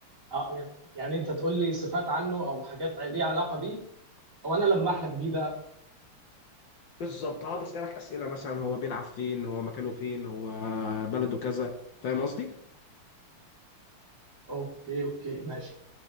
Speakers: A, on the right; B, on the left.
A: اه يعني يعني انت تقول لي صفات عنه او حاجات ليها علاقة بيه او انا لمح لك بيه بقى
B: بالظبط هقعد اسالك اسئله مثلا هو بيلعب فين هو مكانه فين هو بلده كذا فاهم قصدي؟
A: اوكي اوكي ماشي